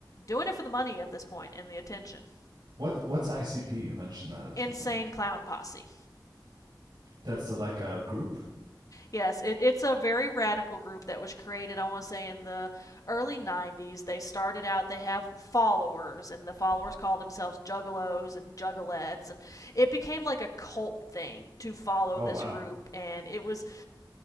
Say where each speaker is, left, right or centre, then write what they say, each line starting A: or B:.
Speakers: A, on the left (about 45°); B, on the right (about 65°).
A: doing it for the money at this point and the attention
B: What what's ICP? You mentioned that a few
A: insane
B: times.
A: clown posse
B: That's uh, like a group.
A: Yes, it, it's a very radical group that was created, I want to say, in the early 90s. They started out, they have followers, and the followers call themselves juggalos and juggalettes. And it became like a cult thing to follow
B: Oh
A: this
B: wow,
A: group. And it was